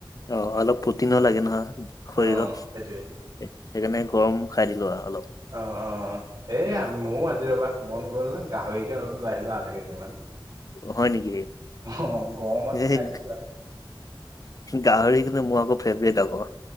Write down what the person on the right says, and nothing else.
অঁ
সেইটোৱে
অ অ এই
ময়ো আজি ৰ'বা, মন গ'ল গাহৰিকে অলপ লৈ আহিলোঁ আধা কেজিমান।
অ গৰমত
খাই দিছো আৰু।